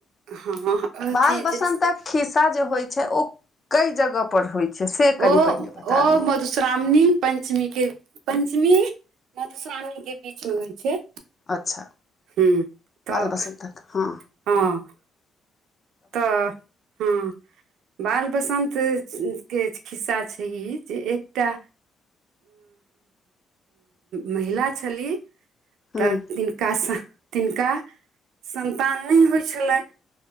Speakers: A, on the right; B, on the left.
A: हँ अथी
B: बाल
A: <unintelligible>
B: बसन्तक खिस्सा जे होइ छै ओ कए जगह पर होइत छै से कनि
A: ओ
B: पहिले बता
A: ओ
B: दिय
A: मधुश्रावणी पंचमी के पंचमी मधुश्रावणी के बीच मे होइ छै
B: अच्छा
A: हूँ तऽ
B: बाल बसन्तक हँ
A: हँ तऽ हँ बाल बसन्त के खिस्सा छै ई जे एकटा महिला छली
B: हँ
A: तऽ तिनकासं तिनका संतान नइ होइ छलनि